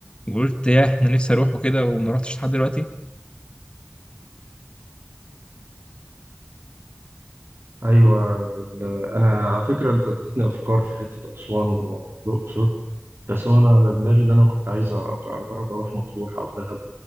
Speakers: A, on the left; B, on the right.
A: وقلت ياه انا نفسي اروحه كده وما رحتش لحد دلوقتي
B: ايوه ال- انا على فكره انت اديتني افكار في حته اسوان والاقصر بس انا دماغي ان انا كنت عايز أ- اجرب اروح مطروح او دهب